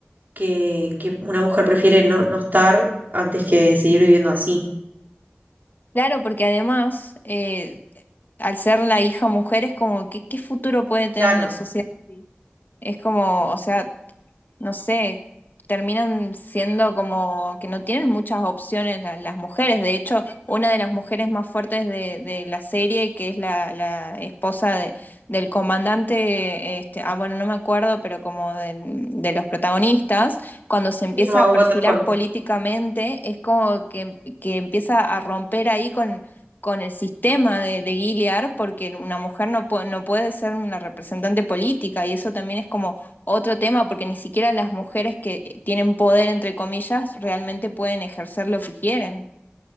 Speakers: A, on the right (about 45°); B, on the left (about 50°).
A: que, que una mujer prefiere no, no estar antes que seguir viviendo así.
B: Claro, porque además, eh, al ser la hija mujer, es como, ¿qué, qué futuro puede tener
A: Claro,
B: una sociedad así? Es como, o sea, no sé, terminan siendo como que no tienen muchas opciones la- las mujeres. De hecho, una de las mujeres más fuertes de, de la serie, que es la, la esposa de- del comandante, este, ah, bueno, no me acuerdo, pero como del- de, los protagonistas, cuando se empieza
A: se llamaba
B: a perfilar
A: Waterford.
B: políticamente, es como que, que empieza a romper ahí con... con el sistema de, de Gilead, porque una mujer no, pu- no puede ser una representante política, y eso también es como otro tema porque ni siquiera las mujeres que tienen poder, entre comillas, realmente pueden ejercer lo que quieren